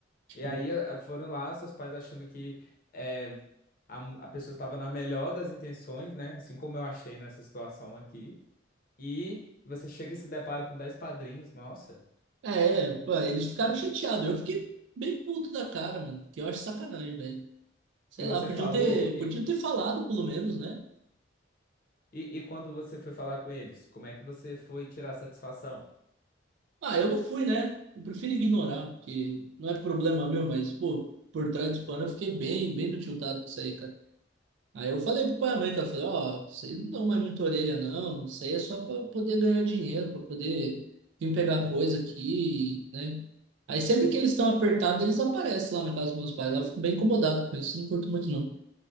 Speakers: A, on the right (about 70°); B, on the left (about 45°).
A: tipo,
B: E aí eh, foram lá, seus pais achando que eh, a, a pessoa estava na melhor das intenções, né? Assim como eu achei nessa situação aqui. E você chega e se depara com 10 padrinhos, nossa.
A: é, pô, eles ficaram chateados. Eu fiquei bem puto da cara, mano, que eu acho sacanagem, velho. Sei
B: E você
A: lá, podiam
B: falou,
A: ter,
B: e,
A: podiam ter falado, pelo menos, né?
B: e, e quando você foi falar com eles, como é que você foi tirar satisfação?
A: Ah, eu não fui, né? Eu prefiro ignorar, porque não é problema meu, mas, pô, por trás do pano eu fiquei bem, bem tiltado com isso aí, cara. Aí eu falei pro pai e mãe, cara, eu falei, ó, isso aí não dá mais muita orelha, não. Isso aí é só para poder ganhar dinheiro, para poder vir pegar coisa aqui, né? Aí sempre que eles estão apertados, eles aparecem lá na casa dos meus pais. Aí Eu fico bem incomodado com isso, não curto muito, não.